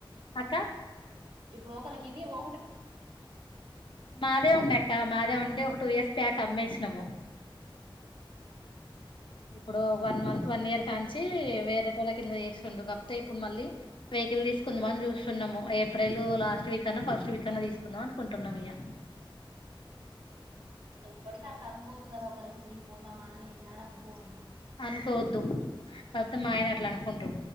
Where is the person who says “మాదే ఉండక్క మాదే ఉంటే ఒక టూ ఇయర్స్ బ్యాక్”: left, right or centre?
Left